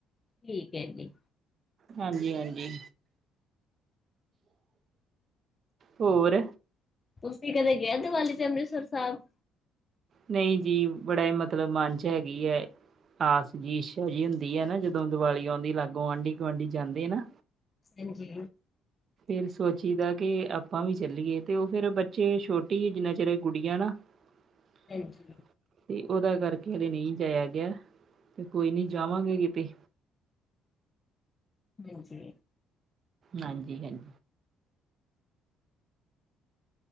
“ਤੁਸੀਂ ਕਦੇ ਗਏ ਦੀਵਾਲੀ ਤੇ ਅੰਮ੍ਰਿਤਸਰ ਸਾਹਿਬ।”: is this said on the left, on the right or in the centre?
Left